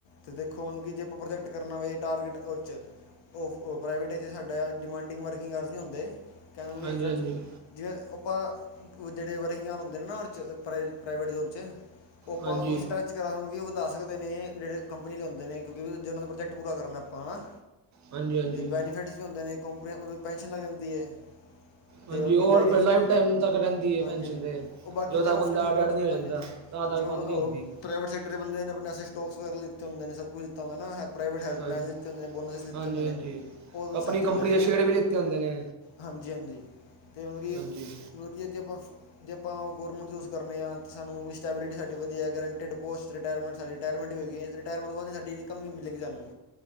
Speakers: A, on the left; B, on the right.
A: ਤੇ ਦੇਖੋ ਮਤਲਬ ਕਿ ਜੇ ਆਪਾਂ ਪ੍ਰੋਜੈਕਟ ਕਰਨਾ ਵੇ ਟਾਰਗੇਟ ਉਹ ਚ। ਉਹ-ਉਹ ਪ੍ਰਾਈਵੇਟ ਚ ਸਾਡਾ ਡਿਮਾਂਡਿੰਗ ਵਰਕਿੰਗ ਕਾਰਸ ਨਹੀਂ ਹੁੰਦੇ ਕਹਿ ਵਿੱਚ,
B: ਹਾਂਜੀ ਹਾਂਜੀ
A: ਜਿਵੇਂ ਆਪਾਂ ਜਿਹੜੇ ਵਰਕਿੰਗਿ ਆਰ ਹੁੰਦੇ ਨੇ ਨਾ ਔਰ ਚ ਪ੍ਰਾਈ ਪ੍ਰਾਈਵੇਟ ਜੋਬ ਚ, ਓਪਾਂ
B: ਹਾਂਜੀ
A: ਉਸ ਟੱਚ, ਕਾਰ ਮਤਲਬ ਕਿ ਉਹ ਤਾ ਆ ਸਕਦੇ ਨੇ ਜਿਹੜੇ ਕੰਪਨੀ ਲਿਆਉਦੇ ਨੇ ਕਿਉਂਕਿ ਜੇ ਉਹਨਾਂ ਦਾ ਪ੍ਰੋਜੈਕਟ ਪੂਰਾ ਕਰਨਾ ਆਪਾਂ ਹੈ ਨਾ,
B: ਹਾਂਜੀ
A: ਅਤੇ ਬੈਨੀਫਿਟਸ ਵੀ ਹੁੰਦੇ ਨੇ ਕੰਪਨੀ ਮਤਲਬ ਪੈਨਸ਼ਨ ਲੱਗ ਜਾਂਦੀ ਹੈ।
B: ਹਾਂਜੀ
A: ਤੇ ਮਤਲਬ
B: ਹੋਰ,
A: ਕਿ ਵੈਰੀਅਸ
B: ਪਹਿਲਾ ਲਾਈਫ ਟਾਈਮ ਤੱਕ ਰਹਿੰਦੀ ਹੈ
A: ਹਾਂਜੀ
B: ਪੈਨਸ਼ਨ
A: ਹਾਂਜੀ
B: ਦੇ
A: ਉਹ ਬਾਕੀ
B: ਜਦੋਂ
A: ਤੇ
B: ਤੱਕ
A: ਆਫਟਨ
B: ਬੰਦਾ
A: ਇਨਕਲੂਡ
B: ਆਡ ਆਡ ਨਹੀਂ ਹੋ ਜਾਂਦਾ
A: ਹਾਂਜੀ ਹਾਂਜੀ
B: ਤਾਂ ਤੱਕ
A: ਜਿਵੇਂ
B: ਬੰਦ
A: ਉਹ
B: ਨਹੀਂ ਹੁੰਦੀ।
A: ਪ੍ਰਾਈਵੇਟ ਸੈਕਟਰ ਦੇ ਬੰਦੇ ਨੇ ਆਪਣੇ ਸੇ ਸਟੋਕਸ ਵਗੈਰਾ ਲਤੇ ਹੁੰਦੇ ਨੇ ਸਭ ਕੁਛ ਦਿੱਤਾ ਹੁੰਦਾ ਨਾ ਹੈ। ਪ੍ਰਾਈਵੇਟ ਹੈਲਪਲਾਈਨ
B: ਹਾਂਜੀ
A: ਦਿੱਤੇ ਹੁੰਦੇ ਨੇ ਬੋਨਸ ਵੀ ਦਿੱਤੇ
B: ਹਾਂਜੀ
A: ਹੋਦੇ ਨੇ,
B: ਹਾਂਜੀ
A: ਉਹ
B: ਆਪਣੀ
A: ਸਭ
B: ਕੰਪਨੀ
A: ਚੱਲਦਾ ਠੀਕ
B: ਦੇ
A: ਹੈ।
B: ਸ਼ੇਅਰ ਵੀ ਲਿੱਤੇ ਹੁੰਦੇ ਨੇ
A: ਹਾਂਜੀ-ਹਾਂਜੀ। ਅਤੇ ਮਤਲਬ ਕਿ
B: ਹਾਂਜੀ
A: ਮਤਲਬ ਕਿ ਇੱਥੇ ਆਪਾਂ, ਜੇ ਆਪਾਂ ਗੌਰਮੈਂਟ ਯੂਜ਼ ਕਰੇ ਹਾਂ ਤਾਂ ਸਾਨੂੰ ਇਸਟੈਬਿਲਟੀ ਸਾਡੀ ਵਧੀਆ ਗਰੈਂਟਿਡ ਪੋਸਟ ਰਿਟਾਰਮੈਂਟ ਸਾਡੀ, ਰਿਟਾਇਰਮੈਂਟ ਹੋਏਗੀ ਰਿਟਾਇਰਮੈਂਟ ਤੋਂ ਬਾਅਦ ਸਾਡੀ ਇਨਕਮ ਵੀ ਮਿਲੇਗੀ ਸਾਨੂੰ।